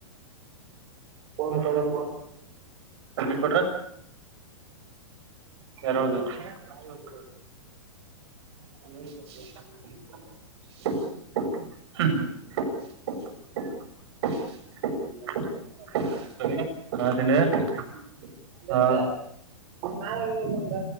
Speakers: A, on the right; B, on the right.
A: <inaudible> ಫೋನ್
B: ಕಟ್ಟಾಗಬೇಕು
A: ಕಟ್ ಆಗಿರಬೇಕು,
B: ಬಿಡು
A: ಹ್ಮಷ್ಟ ಕೊಟ್ರ ಯಾರು, ಹೇಳಿದು, ನಾನೇ, ಹೇಳಿದು. <unintelligible> <unintelligible> <inaudible> ಹ, ಅಣ್ಣಾ, ತಿಂಡಿ. <unintelligible> <unintelligible> <inaudible>
B: ಅಲ್ಲ
A: ಹಾ
B: ಇದ್ದ ಮಾತಾಡ ಬಂದ